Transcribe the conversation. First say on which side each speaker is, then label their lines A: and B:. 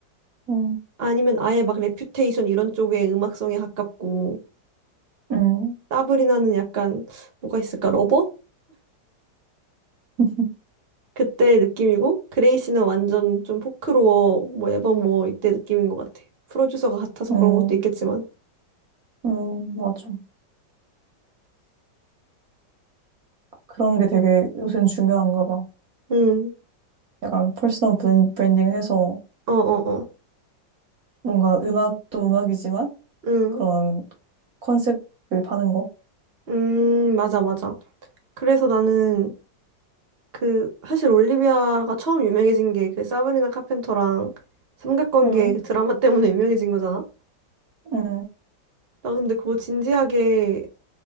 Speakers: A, on the right; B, on the right.
A: 응
B: 아니면 아예 막 레퓨테이션 이런 쪽의 음악성에 가깝고
A: 응
B: 사브리나는 약간 뭐가 있을까? 러버?
A: <laughs>
B: 그때 느낌이고 그레이시는 완전 좀 포크로어 뭐 앨범 뭐 이때 느낌인 것 같아. 프로듀서가 같아서
A: 응
B: 그런 것도 있겠지만.
A: 응 맞아 그런 게 되게 요새는 중요한가 봐
B: 음.
A: 약간 퍼스널 브랜딩 해서
B: 어 어어.
A: 뭔가 음악도 음악이지만
B: 음.
A: 그런 컨셉을 파는 거.
B: 음, 맞아 맞아. 그래서 나는 그 사실 올리비아가 처음 유명해진 게 그 사브리나 카펜터랑 삼각관계
A: 응
B: 그 드라마 때문에 유명해진 거잖아.
A: 응
B: 나 근데 그거 진지하게